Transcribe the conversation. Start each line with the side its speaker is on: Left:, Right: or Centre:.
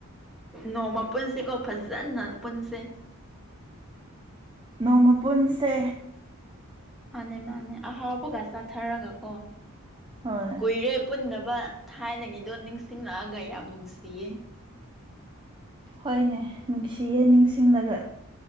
Centre: ꯅꯣꯡꯃ ꯄꯨꯟꯁꯤꯦꯀꯣ ꯐꯖꯅ ꯄꯨꯟꯁꯦ
Right: ꯅꯣꯡꯃ ꯄꯨꯨꯟꯁꯦ
Centre: ꯃꯥꯅꯦ ꯃꯥꯅꯦ ꯑꯍꯥꯎꯕꯒ ꯆꯥꯊꯔꯒ ꯀꯣ
Right: ꯍꯣꯏ
Centre: ꯀꯨꯏꯔꯦ ꯄꯨꯟꯗꯕ ꯊꯥꯏꯅꯒꯤꯗꯣ ꯅꯤꯡꯁꯤꯡꯂꯛꯑꯒ ꯌꯥꯝ ꯅꯨꯡꯁꯤꯌꯦ
Right: ꯍꯣꯏꯅꯦ ꯅꯨꯡꯁꯤꯌꯦ ꯅꯤꯡꯁꯤꯡꯂꯒ